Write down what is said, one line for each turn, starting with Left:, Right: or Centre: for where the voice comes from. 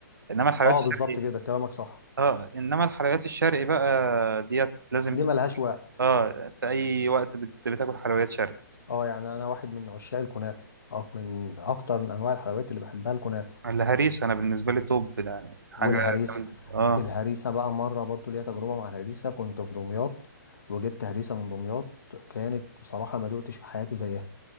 Right: انما الحلويات
Left: اه
Right: الشرقي
Left: بالظبط كده كلامك صح
Right: اه انما الحلويات الشرقي بقى ديت لازم
Left: دي
Right: تك...
Left: ملهاش وقت
Right: اه في اي وقت بت... بتاكل حلويات شرقي
Left: اه يعني انا واحد من عشاق الكنافه اه من اكتر من انواع الحلويات اللي بحبها الكنافه
Right: الهريسه انا بالنسبه لي توب يعني حاجه
Left: والهريسه
Right: جامدة. اه
Left: الهريسه بقى مره برضو ليا تجربه مع الهريسه كنت في دمياط وجبت هريسه من دمياط كانت بصراحه ما دقتش في حياتي زيها